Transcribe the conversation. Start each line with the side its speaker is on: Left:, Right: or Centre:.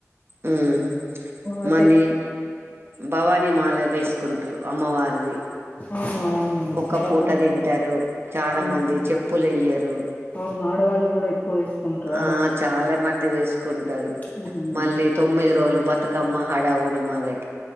Right: ఉమ్
Left: ఆ టెన్
Right: భవానీ మాల వేసుకుంటరు. అమ్మవారిది
Left: ఆ అవునండి
Right: ఒక్క
Left: బాగా
Right: పూట తింటరు. చాలా
Left: హ్మ్.
Right: మంది చెప్పులు వేయ్యరు.
Left: అవును, ఆడ వాళ్ళలు గూడా ఇ ఎక్కువ వేసుకుంటారు
Right: ఆ చాలా మంది వేసుకుంటారు.
Left: హ్మ్.
Right: మళ్ళీ తొమ్మిది రోజులు బతుకమ్మ హడా వుడి మాదగ్గ